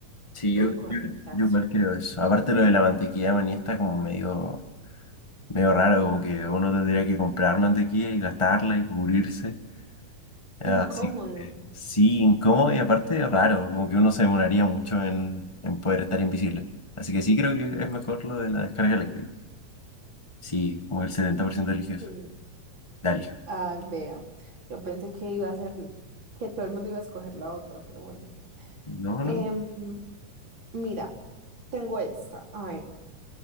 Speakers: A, on the left; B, on the right.
A: Sí,
B: el
A: yo,
B: cortazo.
A: yo, yo igual creo eso. Aparte lo de la mantequilla de maní está como medio, medio raro, como que uno tendría que comprar mantequilla y gastarla y cubrirse. Así,
B: Incómodo.
A: sí, sí, incómodo y aparte raro, como que uno se demoraría mucho en, en poder estar invisible. Así que sí creo que es mejor lo de la descarga eléctrica. Sí, como el setenta por ciento religioso.
B: Sí.
A: Dale.
B: Ay, vea. Yo pensé que iba a ser, que todo el mundo iba a escoger la otra, pero bueno.
A: No,
B: Em,
A: no.
B: mira, tengo esta. A ver,